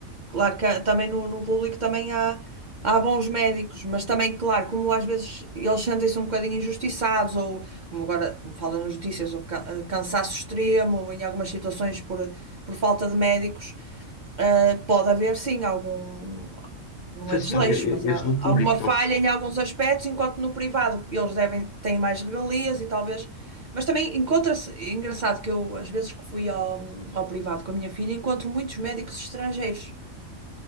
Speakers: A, on the right; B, on the left.
A: claro que há- também no, no público também há, há bons médicos, mas também, claro, como às vezes eles sentem-se um bocadinho injustiçados, ou como agora, como falam nas notícias, ou ca- eh, cansaço extremo, ou em algumas situações por, por falta de médicos, eh, pode haver sim algum não
B: vocês
A: é desleixo,
B: estão, eh, eh,
A: mas
B: eles
A: há
B: no público
A: alguma
B: estão,
A: falha em alguns aspectos, enquanto no privado eles devem, têm mais regalias e talvez. Mas também encontra-se, é engraçado que eu, às vezes que fui ao, ao privado com a minha filha, encontro muitos médicos estrangeiros.